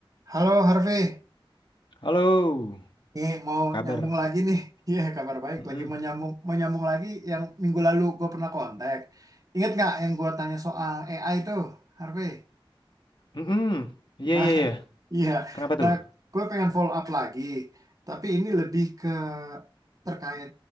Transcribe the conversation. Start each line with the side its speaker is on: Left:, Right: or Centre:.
Right: Halo Harvey,
Left: Halo,
Right: nih mau
Left: apa kabar?
Right: nyambung lagi nih. <laughs> Iya, kabar baik.
Left: Mm-mm.
Right: Lagi mau nyambung, mau nyambung lagi yang minggu lalu gue pernah kontak. Ingat nggak yang gue tanya soal AI itu, Harvey?
Left: Mm-mm. Iya,
Right: Nah,
Left: iya, iya.
Right: <laughs> iya.
Left: Kenapa
Right: Nah,
Left: tuh?
Right: gue pengen follow up lagi. Tapi ini lebih ke terkait